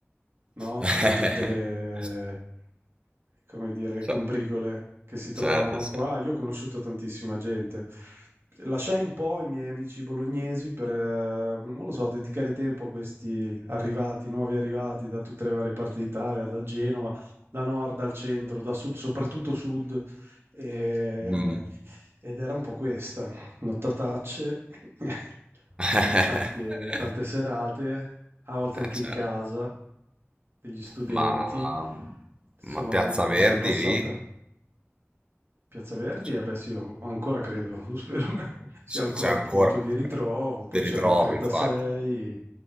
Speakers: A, on the right; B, on the right.
A: no?
B: <laughs>
A: Di tutte le, come dire, le
B: Ce-
A: combricole che si trovavano
B: certo, certo.
A: qua. Io ho conosciuto tantissima gente. Lasciai un po' i miei amici bolognesi per, eh, non lo so, dedicare tempo a questi arrivati, nuovi arrivati da tutte le varie parti d'Italia, da Genova, da nord, dal centro, da sud, soprattutto sud. E-
B: Mm.
A: ed era un po' questa, nottatacce, <laughs>
B: <laughs>
A: tante, tante serate, a volte
B: Eh,
A: anche
B: certo.
A: in casa. Degli studenti.
B: Ma,
A: Insomma,
B: ma Piazza
A: me
B: Verdi
A: la son passata.
B: lì
A: Piazza Verdi?
B: Cioè,
A: Eh beh sì, an- ancora credo, <laughs> lo spero che sia
B: c'è
A: ancora
B: c'è
A: un
B: ancora,
A: punto di ritrovo. Poi
B: te
A: c'era
B: li trovi
A: il 36,
B: infatti.